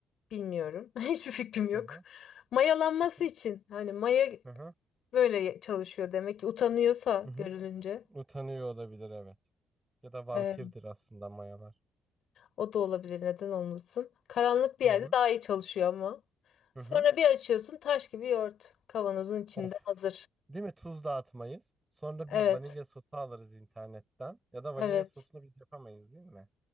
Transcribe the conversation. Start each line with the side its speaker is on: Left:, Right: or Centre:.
Left: Bilmiyorum. <laughs> Hiçbir fikrim yok.
Right: Hı hı
Left: Mayalanması
Right: hı
Left: için. Hani maya
Right: hı hı.
Left: böyle çalışıyor demek ki utanıyorsa
Right: hı hı.
Left: görülünce.
Right: hı. Utanıyor olabilir evet. Ya da vampirdir
Left: Ee,
Right: aslında mayalar.
Left: o da olabilir neden olmasın. Karanlık bir
Right: Hı
Left: yerde
Right: hı
Left: daha iyi çalışıyor ama.
Right: hı
Left: Sonra
Right: hı.
Left: bir açıyorsun taş gibi yoğurt. Kavanozun içinde
Right: Of.
Left: hazır.
Right: Değil mi? Tuz dağıtmayız. Sonra
Left: Evet.
Right: bir vanilya sosu alırız internetten. Ya da vanilya
Left: Evet.
Right: sosunu biz yapamayız değil mi?